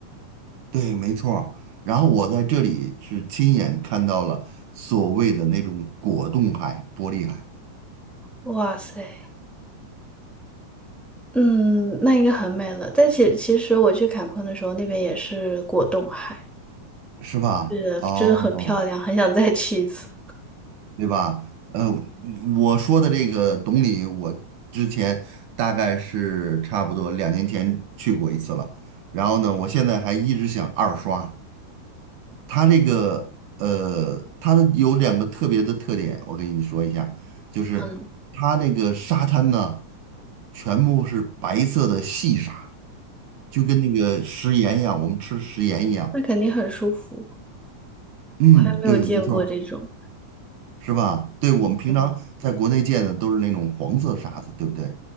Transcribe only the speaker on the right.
对，没错儿然后我在这里是亲眼看到了所谓的那种果冻海、玻璃海，
是吧？
哦，
对吧？呃，我说的这个懂你，我之前大概是差不多两年前去过一次了。然后呢，我现在还一直想二刷。它这个呃，它的有两个特别的特点，我跟你说一下，就是它那个沙滩呢，
全部是白色的细沙，就跟那个食盐一样，我们吃食盐一样。
嗯，
对，没错儿是吧？对，我们平常在国内见的都是那种黄色沙子，
对不对？